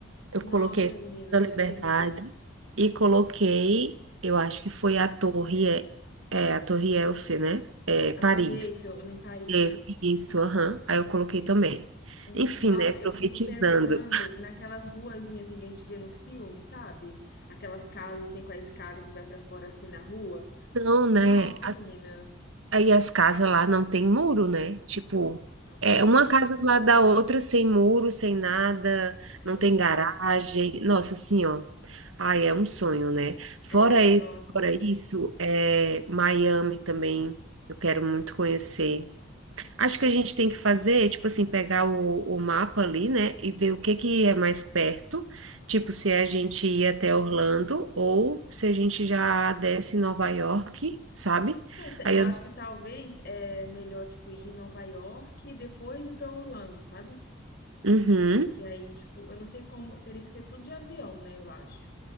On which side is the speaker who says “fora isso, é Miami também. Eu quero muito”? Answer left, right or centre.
Right